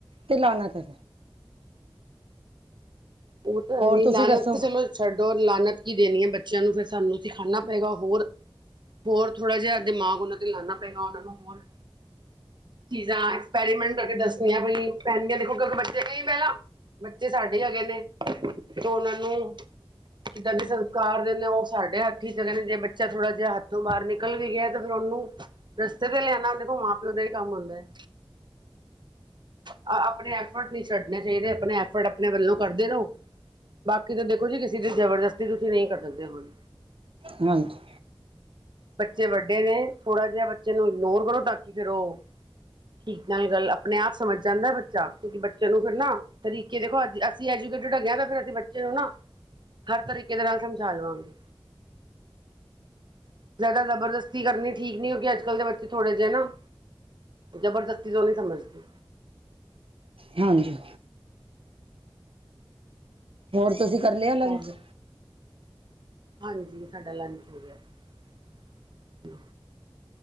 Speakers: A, on the right; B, on the right.
A: ਤੇ ਲਾਹਨਤ ਹ
B: ਉਹ ਤਾਂ ਇਹ
A: ਤੁਸੀਂ
B: ਲਾਹਨਤ
A: ਦੱਸੋ
B: ਚਲੋ ਛੱਡੋ ਲਾਹਨਤ ਕੀ ਦੇਣੀ ਹੈ ਬੱਚਿਆਂ ਨੂੰ ਫਿਰ ਸਾਨੂੰ ਸਿਖਾਣਾ ਪਏਗਾ ਹੋਰ ਹੋਰ ਥੋੜ੍ਹਾ ਜਿਹਾ ਦਿਮਾਗ ਉਹਨਾਂ ਤੇ ਲਾਉਣਾ ਪਏਗਾ ਉਹਨਾਂ ਨੂੰ ਹੋਰ ਚੀਜ਼ਾਂ ਐਕਸਪੈਰੀਮੈਂਟ ਕਰ ਕੇ ਦੱਸੀਆਂ ਪੈਨਗੀਆਂ ਦੇਖੋ ਕਿਉਂਕਿ ਬੱਚੇ ਹੀ ਪਹਿਲਾਂ ਬੱਚੇ ਸਾਡੇ ਹੈਗੇ ਨੇ, ਤੇ ਉਹਨਾਂ ਨੂੰ ਕਿੱਦਾਂ ਦੇ ਸੰਸਕਾਰ ਦੇ ਨੇ ਉਹ ਸਾਡੇ ਹੱਥ ਹੀ ਚਲੇ ਨੇ ਜੇ ਬੱਚਾ ਥੋੜਾ ਜਿਹਾ ਹੱਥੋਂ ਬਾਹਰ ਨਿਕਲ ਵੀ ਗਿਆ ਤੇ ਫਿਰ ਉਹ ਨੂੰ ਰਸਤੇ ਤੇ ਲਿਆਣਾ ਦੇਖੋ ਮਾਂ ਪਿਓ ਦਾ ਹੀ ਕੰਮ ਹੁੰਦਾ ਹੈ। ਆਹ ਆਪਣੇ ਐਫਰਟ ਨਹੀਂ ਛੱਡਣੇ ਚਾਹੀਦੇ ਆਪਣੇ ਐਫਰਟ ਆਪਣੇ ਵੱਲੋਂ ਕਰਦੇ ਰਹੋ ਬਾਕੀ ਤਾਂ ਦੇਖੋ ਜੀ ਕਿਸੇ ਦੀ ਜਬਰਦਸਤੀ ਤੁਸੀਂ ਨਹੀਂ ਕਰ ਸਕਦੇ ਹੋੁਣ
A: ਹਾਂਜੀ।
B: ਬੱਚੇ ਵੱਡੇ ਨੇ ਥੋੜ੍ਹਾ ਜਿਹਾ ਬੱਚੇ ਨੂੰ ਇਗਨੋਰ ਕਰੋ ਤਾਂ ਕਿ ਫਿਰ ਉਹ ਠੀਕ ਨਾਲ ਗੱਲ ਆਪਣੇ ਆਪ ਸਮਝ ਜਾਂਦਾ ਬੱਚਾ ਕਿਉਂਕਿ ਬੱਚਿਆਂ ਨੂੰ ਫਿਰ ਨਾ ਤਰੀਕੇ ਦੇਖੋ ਅ ਅਸੀਂ ਐਜੂਕੇਟਡ ਹੈਗਿਆ ਤਾਂ ਫਿਰ ਅਸੀਂ ਬੱਚੇ ਨੂੰ ਨਾ ਹਰ ਤਰੀਕੇ ਦੇ ਨਾਲ ਸਮਝਾ ਲਵਾਂਗੇ ਜ਼ਿਆਦਾ ਜ਼ਬਰਦਸਤੀ ਕਰਨੀ ਠੀਕ ਨਹੀਂ ਹੋ ਕਿ ਅੱਜ ਕੱਲ੍ਹ ਦੇ ਬੱਚੇ ਥੋੜੇ ਜਿਹੇ ਨਾ ਜ਼ਬਰਦਸਤੀ ਤੋਂ ਨਹੀਂ ਸਮਝਦੀ
A: ਹਾਂਜੀ। ਹੋਰ ਤੁਸੀਂ ਕਰ ਲਿਆ ਲੰਚ?
B: ਹੋਰ ਹਾਂਜੀ, ਸਾਡਾ ਲੰਚ ਹੋ ਗਿਆ ਜੀ।